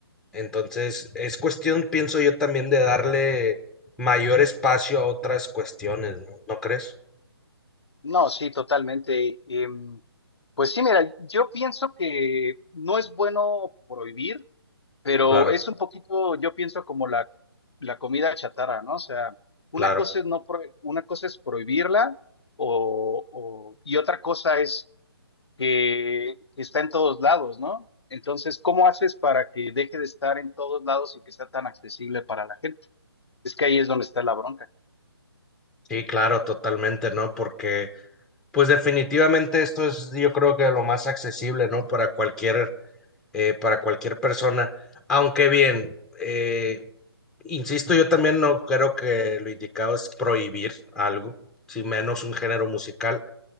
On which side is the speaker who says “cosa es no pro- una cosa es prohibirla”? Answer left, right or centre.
Left